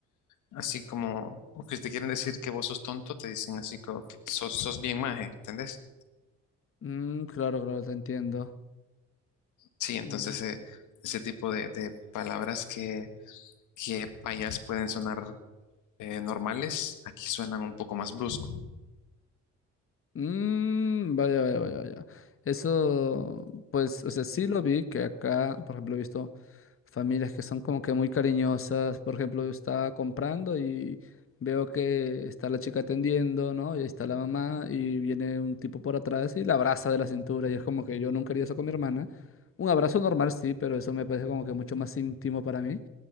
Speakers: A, on the left; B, on the left.
A: Así como, o que te quieren decir que vos sos tonto, te dicen así como que sos, sos bien maje, ¿entendés?
B: Mm, claro, claro, te entiendo.
A: Sí, entonces
B: Oh.
A: eh, ese tipo de, de palabras que, que payas pueden sonar eh, normales, aquí suenan un poco más brusco.
B: Mm, vaya, vaya, vaya, vaya. Eso, pues, o sea, sí lo vi, que acá, por ejemplo, he visto familias que son como que muy cariñosas. Por ejemplo, yo estaba comprando y veo que está la chica atendiendo, ¿no? Y ahí está la mamá y viene un tipo por atrás y la abraza de la cintura. Y es como que yo nunca haría eso con mi hermana. Un abrazo normal, sí, pero eso me parece como que mucho más íntimo para mí.